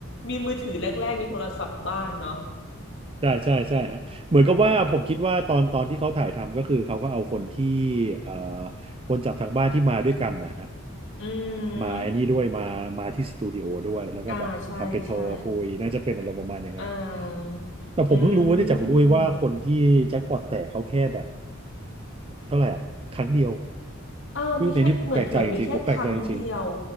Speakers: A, on the left; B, on the right.
A: มีมือถือแรกๆมีโทรศัพท์บ้านเนาะ
B: ใช่ใช่ใช่ฮะเหมือนกับว่าผมคิดว่าตอนตอนที่เขาถ่ายทำก็คือเขาก็เอาคนที่เอ่อคนจากทางบ้านที่มาด้วยกันนะ
A: <laughs> อื
B: มาไอ้นี่ด้วยมามาที่สตูดิโอด้วยแล้วก็แบบทำเป็นโทรคุยน่าจะเป็นอารมณ์ประมาณอย่างนั้น
A: มอ่าใช่ใช่อ่า
B: แต่ผมเพิ่งรู้ว่าเนี่ยจากคุณด้วยว่าคนที่แจ็คพอตแตกเขาแค่แบบ
A: อืม
B: เท่าไหร่อ่ะครั้งเดียว
A: อ่ามีแค่เหมือนเหมือนมีแค่ครั้งเดียว
B: อุ๊ยในนี้ผมแปลกใจจริงๆผมแปลกใจจริง